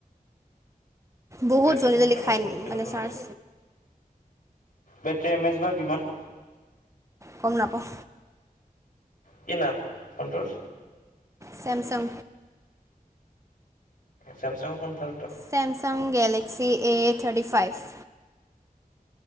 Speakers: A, on the right; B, on the left.
A: বহুত
B: বেটৰ
A: জল্দি
B: প্ৰব্লেম
A: জল্দি খাই
B: আছে নে সিহঁতৰ,
A: মানে চাৰ্জ
B: বেটৰী এম এমেইচ বা কিমান?
A: গম নাপাওঁ।
B: কি নাম সন্তোষ।
A: ছেমছাং
B: চেমচাংৰ ফোন ভাল ত।
A: Samsung Galaxy A thirty five.